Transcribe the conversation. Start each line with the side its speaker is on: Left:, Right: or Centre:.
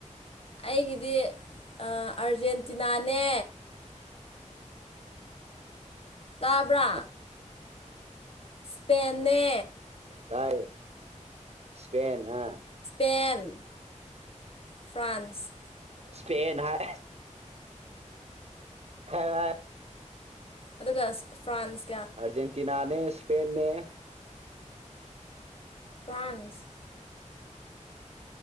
Left: ꯑꯩꯒꯤꯗꯤ ꯑꯔꯖꯦꯟꯇꯤꯅꯥꯅꯦ ꯇꯥꯕ꯭ꯔꯥ
Right: ꯑ
Left: ꯏꯁꯄꯦꯟꯅꯦ
Right: ꯇꯥꯏ ꯏꯁꯄꯦꯟꯦꯟ ꯑ
Left: ꯏꯁꯄꯦꯟ ꯐ꯭ꯔꯥꯟꯁ
Right: ꯁꯄꯦꯦꯟ ꯍꯥꯏ ꯍ ꯍ
Left: ꯑꯗꯨꯒ ꯐ꯭ꯔꯥꯟꯁ
Right: ꯑꯔꯖꯦꯟꯇꯤꯅꯥꯅꯦ ꯏꯁꯄꯦꯟꯅꯦ
Left: ꯐ꯭ꯔꯥꯟꯁ